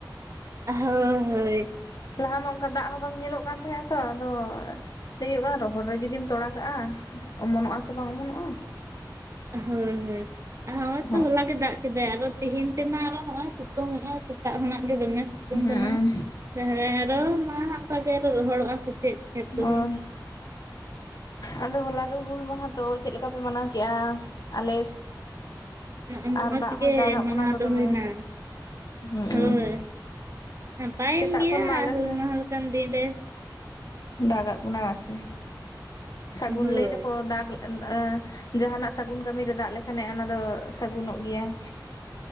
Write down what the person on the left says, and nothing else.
ᱞᱟᱦᱟ ᱢᱟ ᱚᱱᱠᱟ ᱫᱟᱜ ᱦᱚᱸ ᱵᱟᱝ ᱧᱮᱞᱚᱜ ᱠᱟᱱ ᱛᱟᱦᱮᱸ ᱛᱚ ᱟᱫᱚ ᱞᱟᱹᱭ <unintelligible> ᱠᱟᱱᱟ ᱨᱚᱦᱚᱲ ᱨᱮ ᱡᱩᱚᱫᱤᱢ ᱛᱚᱲᱟ ᱠᱟᱜᱼᱟ ᱚᱢᱚᱱᱚᱜᱼᱟ ᱥᱮ ᱵᱟᱝ ᱚᱢᱚᱱᱚᱜᱼᱟ
<unintelligible>
ᱦᱮᱸ
ᱦᱳᱭ ᱟᱫᱚ ᱦᱚᱞᱟ <unintelligible> ᱦᱩᱞ ᱢᱟᱦᱟ ᱛᱚ ᱪᱮᱫ ᱞᱮᱠᱟ ᱯᱮ ᱢᱟᱱᱟᱣ ᱠᱮᱜᱼᱟ ᱟᱞᱮ
ᱟᱨ
ᱫᱟᱜ ᱦᱚᱭ
ᱫᱟᱜᱟᱜ
ᱵᱚᱱᱟ ᱛᱚ
ᱫᱚᱢᱮ
ᱦᱩᱸ
ᱥᱮᱛᱟᱜ
ᱠᱷᱚᱱ ᱢᱟ
ᱟᱞᱮ
ᱥᱮᱱ
ᱫᱟᱜᱟᱜ ᱵᱚᱱᱟ ᱵᱟᱥᱮ ᱥᱟᱹᱜᱩᱱ
ᱞᱟᱹᱭ ᱫᱟᱠᱚ ᱫᱟᱜ ᱮ ᱡᱟᱦᱟᱸᱱᱟᱜ ᱥᱟᱹᱜᱩᱱ ᱠᱟᱹᱢᱤᱨᱮ ᱫᱟᱜ ᱞᱮᱠᱷᱟᱱ ᱚᱱᱟ ᱫᱚ ᱥᱟᱹᱜᱩᱱᱚᱜ ᱜᱮᱭᱟ <inaudible>